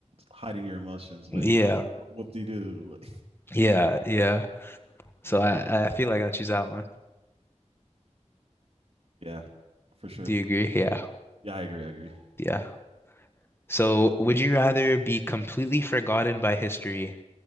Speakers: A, on the right (about 55°); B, on the left (about 20°).
A: hiding your emotions.
B: Yeah.
A: Like, whoop de doo. Like,
B: Yeah, yeah. So I I feel like I'll choose that one.
A: <laughs> yeah, for sure.
B: Do you agree? Yeah.
A: Yeah, I agree. I agree.
B: Yeah. So would you rather be completely forgotten by history,